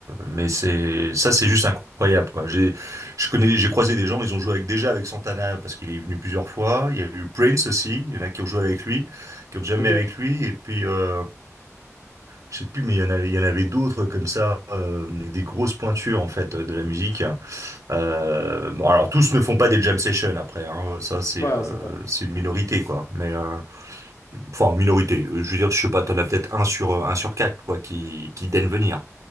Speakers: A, on the right (about 85°); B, on the left (about 80°).
A: mais c'est, ça, c'est juste incroyable, quoi. J'ai, je connais, j'ai croisé des gens, ils ont joué avec, déjà avec Santana parce qu'il est venu plusieurs fois. Il y a eu Prince aussi. Il y en a qui ont joué avec lui, qui ont jamais
B: OK.
A: avec
B: Ouais,
A: lui. Et puis, euh, je sais plus, mais il y en avait, il y en avait d'autres comme ça, euh, mais des grosses pointures en fait de la musique. Euh, bon, alors tous ne font pas des jam sessions après. Hein. Ça, c'est,
B: on
A: euh,
B: s'entend.
A: c'est une minorité, quoi. Mais euh, Enfin, minorité. Euh, Je veux dire, je sais pas, t'en as peut-être un sur, euh, un sur quatre, quoi, qui, qui daigne venir.